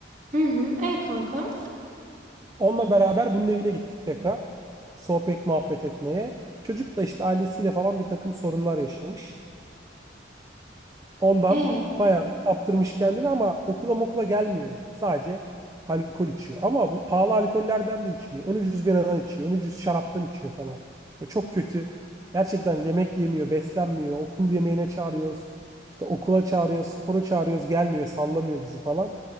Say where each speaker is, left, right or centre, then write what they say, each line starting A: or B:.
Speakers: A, on the right (about 40°); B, on the right (about 20°).
A: hı hı. E kanka.
B: Onunla beraber bunun evine gittik tekrar. Sohbet muhabbet etmeye. Çocuk da işte ailesiyle falan bir takım sorunlar yaşamış. Ondan
A: E,
B: bayağı da kaptırmış kendini ama okula mokula gelmiyor yani. Sadece alkol içiyor. Ama bu pahalı alkollerden de içmiyor. En ucuz biradan içiyor. En ucuz şaraptan içiyor falan. Böyle çok kötü. Gerçekten yemek yemiyor, beslenmiyor. Okul yemeğine çağırıyoruz. İşte okula çağırıyoruz, spora çağırıyoruz. Gelmiyor, sallamıyor bizi falan.